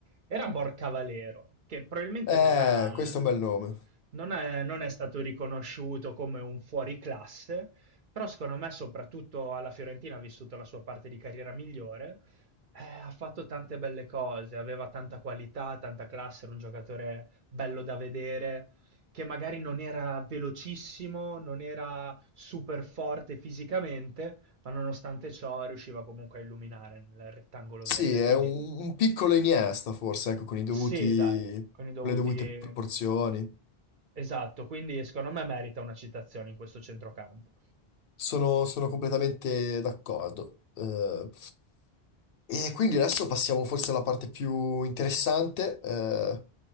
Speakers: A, on the right; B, on the left.
A: Era Borcavallero, che probabilmente
B: eh,
A: non ha,
B: questo è un bel nome.
A: non è, non è stato riconosciuto come un fuoriclasse, però secondo me soprattutto alla Fiorentina ha vissuto la sua parte di carriera migliore. Eh, ha fatto tante belle cose, aveva tanta qualità, tanta classe, era un giocatore bello da vedere, che magari non era velocissimo, non era super forte fisicamente, ma nonostante ciò riusciva comunque a illuminare nel rettangolo verde.
B: Sì, è
A: Quindi
B: un, un piccolo Iniesta forse, ecco, con i dovuti,
A: sì, dai, con i dovuti...
B: con le dovute proporzioni.
A: Esatto, quindi secondo me merita una citazione in questo centrocampo.
B: Sono, sono completamente d'accordo. Eh, e quindi adesso passiamo forse alla parte più interessante, eh,